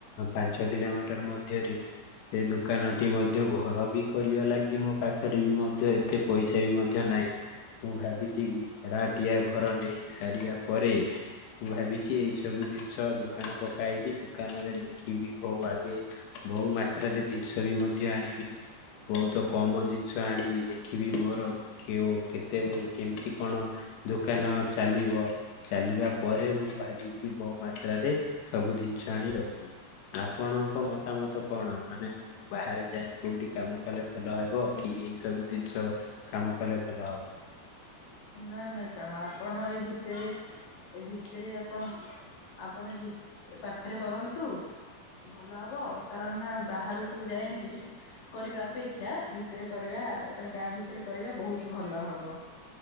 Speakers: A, on the left; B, on the left.
A: ପାଞ୍ଚ କିଲୋମିଟର ମଧ୍ୟରେ ଏ ଦୋକାନଟି ମଧ୍ୟ ଘର ବି କରିବା ଲାଗି ମୋ ପାଖରେ ବି ମଧ୍ୟ ଏତେ ପଇସା ବି ମଧ୍ୟ ନାହିଁ। ମୁଁ ଭାବିଛି ଭଡାଟିଆ ଘର ନେଇ ସାରିବା ପରେ ମୁଁ ଭାବିଛି ଏଇ ସବୁ ଜିନିଷ ଦୋକାନ ପକାଇବି ଦୋକାନରେ ଦେଖିବି ପ୍ରଉ ଆଗେ ବହୁ ମାତ୍ରାରେ ଜିନିଷ ବି ମଧ୍ୟ ଆଣିବିନି ବହୁତ କମ ଜିନିଷ ଆଣିବି ଦେଖିବି ମୋର କେଉଁ କେ ତେ କେମିତି କଣ ଦୋକାନ ଚାଲିବ। ଚାଲିବା ପରେ ମୁଁ ଭାବିଛି ବୋଉ ମାତ୍ରାରେ ସବୁ ଜିନିଷ ଆଣି ରଖିବି। ଆପଣଙ୍କ ମତାମତ କଣ ମାନେ ମୁଁ ବାହାରେ ଯାଇ କୋଉଠି କାମ କଲେ ଭଲ ହେବ କି ଏଇ ସବୁ ଜିନିଷ କାମ କଲେ ଭଲ ହବ।
B: ନାଇଁ ନାଇଁ ସାଙ୍ଗ ଆପଣ ଏଇ ଭିତରେ ଏ ଭିତରେ ଆପଣ ଆପଣ ଏ ଭି ଏ ପାଖରେ କରନ୍ତୁ। ଭଲ ହବ କାରଣ ନା ବାହାରକୁ ଯାଇଁକି କରିବା ଅପେକ୍ଷା ଭିତରେ କରିବା ମାନେ ଗାଁ ଭିତରେ କରିବା ବହୁତ ଭଲ ହବ।